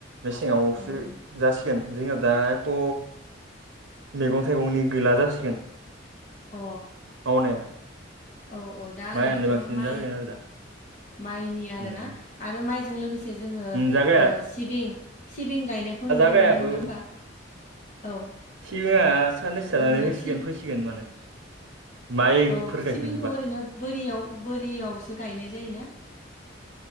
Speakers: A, on the right; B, on the left.
A: मेसेङावसो
B: उम उम
A: गासि जोंनाव दााथ' मैगं थाइगंनि गैला जासिगोन।
B: अ
A: <unintelligible> <inaudible>
B: औ औ दा
A: माइयानो
B: ओरैनोथ'
A: बांसिन
B: माइ
A: जाबायगोन आरो दा
B: माइनि आरोना
A: उम
B: आरो माइजों लोगोसे जोङो
A: जागाया
B: ओ सिबिं सिबिं गायनायखौ नुनो
A: जागायाबो
B: मोनो नङा होमबा औ
A: सिबिङा साननैसो थानानै
B: ओ
A: होसिगोन
B: सिब
A: फैसिगोन माने माइफोर
B: औ सिबिंखौ
A: गायखांजोबबा
B: ओरैनो बोरियाव बोरियावसो गायनाय जायोना